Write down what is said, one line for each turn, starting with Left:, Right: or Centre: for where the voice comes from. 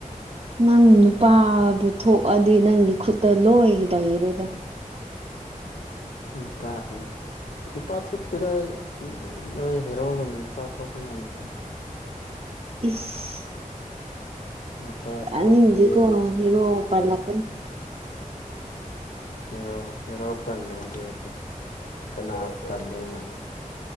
Right: ꯅꯪ ꯅꯨꯄꯥꯕꯨ ꯊꯣꯛꯑꯗꯤ ꯅꯪꯒꯤ ꯈꯨꯠꯇ ꯂꯣꯏ ꯂꯩꯔꯦꯗ
Left: ꯅꯤꯄꯥꯟ ꯅꯨꯄꯥ ꯊꯣꯛꯇꯦꯗ ꯑꯩ ꯅꯣꯏ ꯍꯩꯔꯣꯒꯨꯝꯅ ꯅꯨꯄꯥ ꯊꯣꯛꯄ ꯉꯝꯗ
Right: ꯏꯁ
Left: ꯅꯨꯄꯥ ꯊꯧꯇꯦ
Right: ꯑꯅꯤꯡꯗꯦꯀꯣ ꯍꯦꯔꯣ ꯄꯜꯂꯛꯀꯅꯨ
Left: ꯍꯦꯔꯣ ꯍꯦꯔꯣ ꯄꯟꯗ꯭ꯔꯗꯤ ꯀꯅꯥ ꯇꯜꯂꯦꯅ